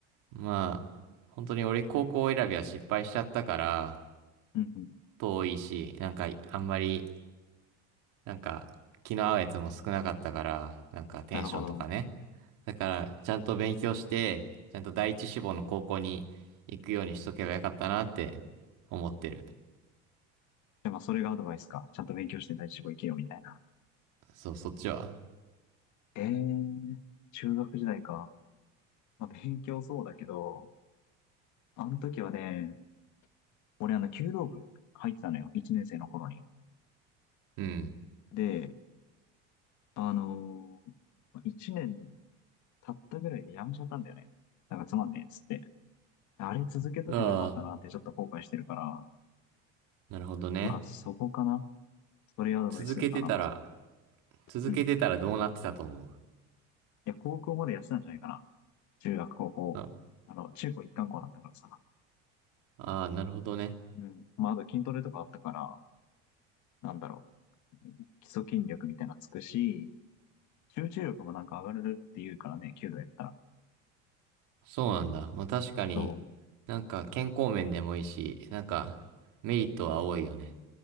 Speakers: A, on the right; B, on the left.
A: まあ、本当に俺高校選びは失敗しちゃったから、
B: うんうん。
A: 遠いし、なんかあんまりなんか、気の合うやつも少なかったから、なんかテンションとかね。
B: なるほど。
A: だから、ちゃんと勉強して、ちゃんと第一志望の高校に行くようにしとけばよかったなって思ってる。
B: じゃあまあ、それがアドバイスか。ちゃんと勉強して第一志望行けよ、みたいな。
A: そう、そっちは
B: ええー、中学時代か。まあ、勉強そうだけど、あの時はね、俺あの、弓道部入ってたのよ。1年生の頃に。
A: うん。
B: で、あのー、1年経ったぐらいでやめちゃったんだよね。なんかつまんねえっつって。あれ続けとけばよかったなってちょっと後悔してるから、
A: ああ、なるほどね。
B: まあそこかな。それアドバイスするかな、
A: 続けてたら、
B: まずは。
A: 続けてたらどうなってたと思
B: うん。いや、高校までやってたんじゃないかな。中学、高校。
A: う。あ、
B: あの、中高一貫校だったからさ。
A: ああ、なるほどね。
B: うん。まああと筋トレとかあったから、なんだろう。基礎筋力みたいなのつくし、集中力もなんか上がるって言うからね、弓道やったら。
A: そうなんだ。まあ確かに、
B: そう、
A: なんか健康面でもいいし、なんかメリットは多いよね。